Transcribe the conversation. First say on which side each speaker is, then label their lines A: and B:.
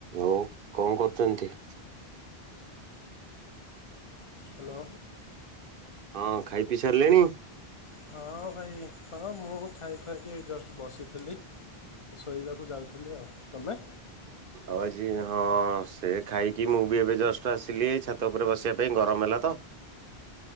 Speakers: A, on the right (about 60°); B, on the left (about 45°).
A: ଆଉ କଣ କରୁଚନ୍ତି?
B: ହାଲୋ।
A: ହଁ ଖାଇ ପିଇ ସାରିଲେଣି?
B: ହଁ ଭାଇ ହଁ ମୁଁ ଖାଇ ଖୁଆକି ଏଇ ଜଷ୍ଟ ବସିଥିଲି। ଶୋଇବାକୁ ଯାଉଥିଲି ଆଉ ତୁମେ?
A: ଆଉ ଆଜି ହଁ ସେ ଖାଇକି ମୁଁ ବି ଏବେ ଜଷ୍ଟ ଆସିଲି ଏଇ ଛାତ ଉପରେ ବସିବା ପାଇଁ ଗରମ ହେଲା ତ।